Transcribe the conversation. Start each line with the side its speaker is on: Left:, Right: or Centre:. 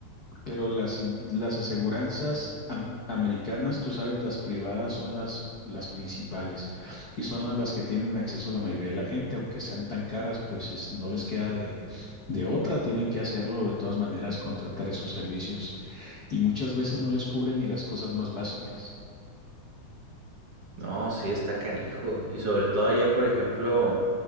Left: Pero las, in- las aseguranzas am- americanas, tú sabes, las privadas son las, las principales y son a las que tienen acceso la mayoría de la gente, aunque sean tan caras, pues es- no les queda de, de otra, tienen que hacerlo de todas maneras, contratar esos servicios y muchas veces no les cubren ni las cosas más básicas.
Right: No, sí, está canijo. Y sobre todo allá, por ejemplo,